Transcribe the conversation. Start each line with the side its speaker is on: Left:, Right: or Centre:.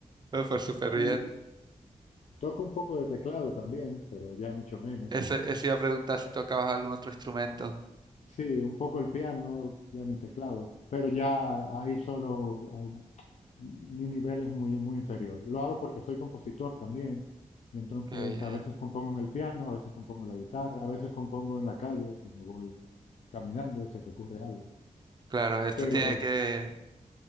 Right: Me fue súper bien.
Left: Y toco un poco de teclado también, pero ya mucho menos.
Right: Ese, ese iba a preguntar si tocabas algún otro instrumento.
Left: Sí, un poco el piano, piano y teclado, pero ya ahí solo ah, mi nivel es muy, muy inferior. Lo hago porque soy compositor también, y entonces
Right: Qué bien.
Left: a veces compongo en el piano, a veces compongo en la guitarra, a veces compongo en la calle cuando voy caminando y se te ocurre algo.
Right: Claro, esto
Left: Pero
Right: tiene que,